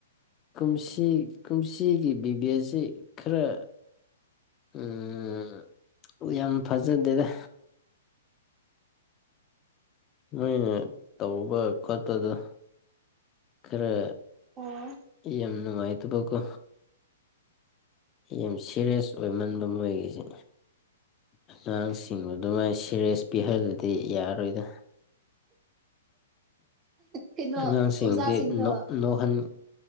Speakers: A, on the left; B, on the right.
A: ꯀꯨꯝꯁꯤ ꯀꯨꯝꯁꯤꯒꯤ ꯕꯤ ꯕꯤ ꯑꯁ ꯖꯤ ꯈꯔ ꯎꯝ ꯌꯥꯝ ꯐꯖꯗꯦꯗ ꯅꯣꯏꯅ ꯇꯧꯕ ꯈꯣꯠꯄꯗ ꯈꯔ
B: ꯑꯣ
A: ꯌꯥꯝ ꯅꯨꯡꯉꯥꯏꯇꯕꯀꯣ ꯌꯥꯝ ꯁꯦꯔꯤꯌꯁ ꯑꯣꯏꯃꯟꯕ ꯃꯣꯏꯒꯤꯁꯦ ꯑꯉꯥꯡꯁꯤꯡꯕꯨ ꯑꯗꯨꯃꯥꯏꯅ ꯁꯦꯔꯤꯌꯁ ꯄꯤꯍꯜꯂꯗꯤ ꯌꯥꯔꯔꯣꯏꯗ
B: ꯀꯩꯅꯣ
A: ꯑꯉꯥꯡꯁꯤꯡꯗꯤ
B: ꯑꯣꯖꯥꯁꯤꯡꯗꯣ
A: ꯅꯣꯛ ꯅꯣꯛꯍꯟ